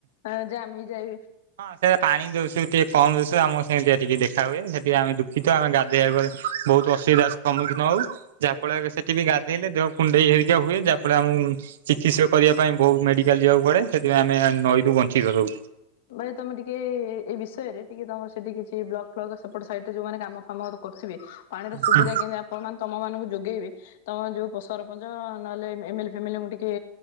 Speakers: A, on the left; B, on the right.
A: ଆ ଜାମ ହେଇଯାଏ।
B: ହଁ ସେ ପାଣି ଦୋଶୁରୁ ଟିକେ କମ ଦୁଶେ ଆମକୁ ସେମତି ଟିକେ ଦେଖା ହୁଏ ସେଠି ଆମେ କିନ୍ତୁ ଆମେ ଗାଧୋଇବା କୁ ବହୁତ ଅସୁବିଧା ଅ ସମ୍ମୁଖୀନ ହଉ। ଯାହାଫଳ ସେଠି ବି ଗାଧୋଇଲେ ଦେହ କୁଣ୍ଡେଇ ହେରିକା ହୁଏ ଯାହା ଫଳରେ ଆମକୁ ଚିକିତ୍ସା କରିବା ପାଇଁ ବହୁତ ମେଡିକାଲ ଯିବାକୁ ପଡେ ସେଥିପାଇଁ ଆମେ ନଈରୁ ବଞ୍ଚି ରଉଛୁ।
A: ଭାଇ ତମେ ଟିକେ ଏଇ ବିଷୟରେ ଟିକେ ତମର ସେଠି କିଛି ବ୍ଲକ ଫ୍ଲକ ସେପଟ ସାଇଟରେ ଯୋଉମାନେ କାମ ଫାମ କରୁଥିବେ ପାଣିର ସୁବିଧା
B: ହୁଁ
A: କେମତି ଆପଣ ମାନ ତମ ମାନଙ୍କୁ ଯୋଗେଇବେ ତମ ଯୋଉ ପ ସରପଞ୍ଚ ନହେଲେ ଏମେଲେ ଫେମେଲ ଙ୍କୁ ଟିକେ